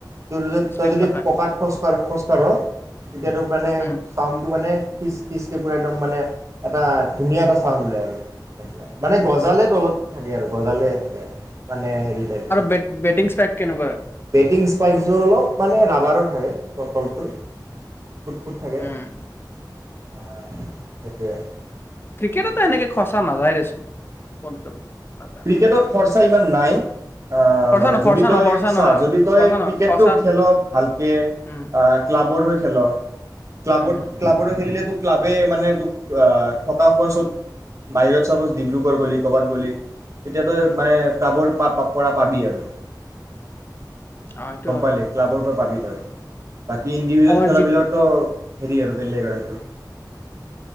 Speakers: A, on the right; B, on the left.
A: তোৰ
B: শ্লিপ
A: তই যদি
B: নাখায়
A: পকাত খোজকাঢ় খোজ কৰ তেতিয়াতো মানে
B: উম
A: চাউণ্ড মানে খিচ খিচ কে পুৰা একদম মানে এটা ধুনীয়া এটা চাউন্ড ওলাই আৰু মানে গজালে তলত থাকে আৰু গজালে থাকে মান মানে হেৰি টাইপ আৰু
B: বেট বেটিং ষ্ট্ৰাইক কেনেকুৱা
A: বেটিং স্পাইকচবোৰ অলপ মানে ৰাবাৰৰ বটলটোৰ ফুট ফুট থাকে
B: উম
A: অ' সেইটোৱে আৰু
B: ক্ৰিকেটতো এনেকে খৰচা নাযায় দেচোন ক'ত যাব নাযায়
A: ক্ৰিকেটত খৰচা ইমান নাই। আ
B: খৰচা
A: মানে
B: ন খৰচা
A: যদি তই
B: ন খৰচা
A: চা
B: নহয়
A: যদি তই
B: খৰচা নহয়
A: ক্ৰিকেটটো
B: খৰচা
A: খেল' ভালকে
B: উম
A: ক্লাবৰ হৈ খেল' ক্লাবত
B: উম উম
A: ক্লাবৰ হৈ খেলিলে তোক ক্লাবে মানে তোক থকা খোৱা চব বাহিৰত চাপ'জ ডিব্ৰুগড় গ'লি ক'বাত গ'লি তেতিয়া তই
B: উম
A: মানে ক্লাবৰ পাপ, পৰা পাবি আৰু
B: অ সেইটো
A: গম
B: হয়
A: পালি ক্লাবৰ পৰা পাবি <unintelligible> বাকী ইণ্ডিভিজুৱেল
B: আমাৰ
A: খেলাবিলাকত
B: জি
A: তই হেৰি আৰু বেলেগ আৰু